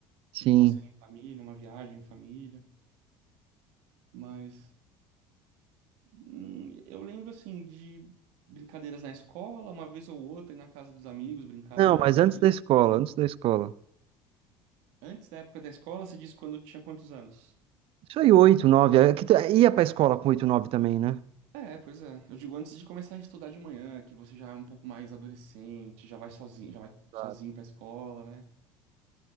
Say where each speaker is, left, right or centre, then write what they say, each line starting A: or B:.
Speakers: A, on the right; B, on the right.
A: Sim.
B: um passeio em família, uma viagem em família. Mas hum, eu lembro, assim, de brincadeiras na escola, uma vez ou outra, ir na casa dos amigos, brincar,
A: Não,
B: jogar
A: mas
B: um
A: antes
B: videogame.
A: da escola, antes da escola.
B: Antes da época da escola, você disse quando eu tinha quantos anos?
A: Isso aí, oito nove É que tu- é, Ia pra escola com 8 9 também, né?
B: É, pois é. Eu digo antes de começar a estudar de manhã, que você já é um pouco mais adolescente, já vai sozinho, já vai
A: Exato.
B: sozinho pra escola, né?